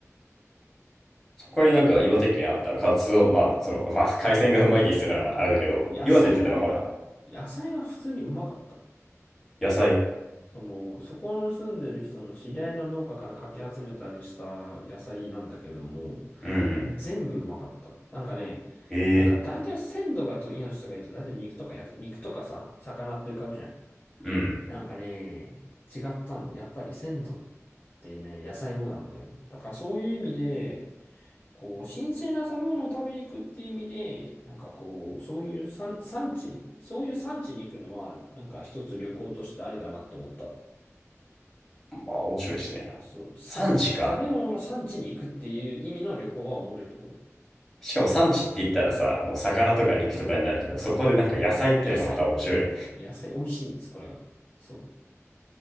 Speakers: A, in the centre; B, on the left (about 30°).
A: そこになんか岩手県あったカツオ、まあ、その、まあ、海鮮がうまいって言ってたからあれだけど、
B: うん。野菜がね、
A: 岩手って言ったらほら、
B: 野菜が普通にうまかった。
A: 野菜。
B: その、そこの住んでる人の知り合いの農家からかき集めたりした野菜なんだけれども、
A: うんうん。
B: 全部うまかった。なんかね、
A: ええ
B: なんか大体鮮度がど命とか言うと大体肉とかやさ、肉とかさ、魚って浮かぶじゃん。
A: うん。
B: なんかね、違ったんだよ。やっぱり鮮度ってね、野菜もなんだよ。だからそういう意味で、こう、新鮮な食べ物を食べに行くっていう意味で、なんかこう、そういう産、産地に、そういう産地に行くのは、なんか一つ旅行としてありだなと思った。
A: まあ、面白い視点やな。
B: そう、産地、
A: 産地か。
B: 食べ物の産地に行くっていう意味の旅行はおもろいと思うよ。
A: しかも産地って言ったらさ、もう魚とか肉とかになるけど、そこでなんか野菜ってのがまた面白い。
B: 野菜。野菜美味しいんです、これが。そ